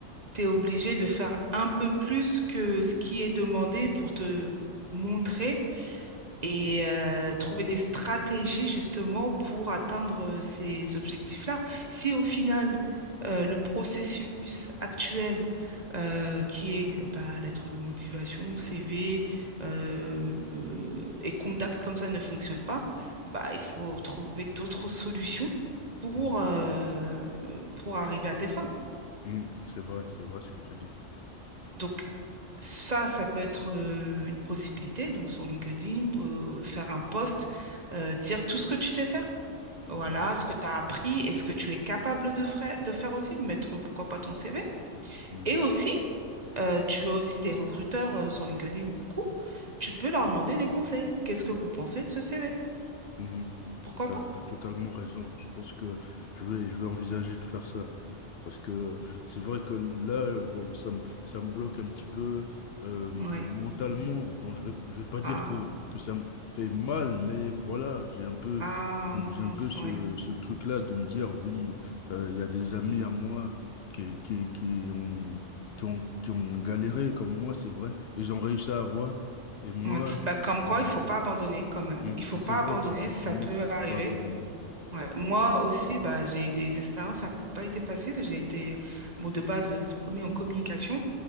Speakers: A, on the right; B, on the left.
A: tu es obligé de faire un peu plus que ce qui est demandé pour te montrer et euh, trouver des stratégies justement pour atteindre euh, ces objectifs-là. Si au final, euh, le processus actuel euh, qui est euh, bah, lettre de motivation, CV euh, euh, et contact comme ça ne fonctionne pas, bah, il faut trouver d'autres solutions pour,
B: Mm.
A: euh, pour arriver à tes fins.
B: Mhm. C'est vrai, c'est vrai ce que tu dis.
A: Donc, Ça, ça peut être euh, une possibilité. Donc, sur LinkedIn, peut faire un post, euh, dire tout ce que tu sais faire. Voilà,
B: Mhm.
A: ce que tu as appris et ce que tu es capable de, fra- de faire aussi. Mettre, pourquoi pas, ton CV.
B: Mhm.
A: Et aussi, euh, tu as aussi des recruteurs euh, sur LinkedIn, beaucoup. Tu peux leur demander des conseils. Qu'est-ce que vous pensez de ce CV?
B: Mhm.
A: Pourquoi
B: T'as,
A: pas?
B: as totalement raison. Je pense que je vais, je vais envisager de faire ça. Parce que c'est vrai que là, euh, bon, ça me, ça me bloque un petit peu euh,
A: Oui.
B: mentalement. Bon, je vais, je vais pas dire
A: Ah,
B: que, que ça me fait mal, mais voilà, j'ai un peu,
A: ah,
B: j'ai
A: mince,
B: un peu ce,
A: oui.
B: ce truc-là de me dire, oui, euh, il y a des amis à moi qui, qui, qui ont, qui ont, qui ont galéré comme moi, c'est vrai, ils ont réussi à avoir. Et moi,
A: Ouais. Ouais. Bah, comme quoi,
B: euh,
A: il faut pas abandonner quand même.
B: mm,
A: Il faut
B: c'est
A: pas
B: vrai
A: abandonner,
B: que ça,
A: ça
B: ça montre
A: peut
B: qu'il faut
A: arriver.
B: pas abandonner.
A: Ouais, Moi aussi, bah, j'ai des expériences, ça n'a pas été facile. J'ai été, bon, de base, euh, diplômée en communication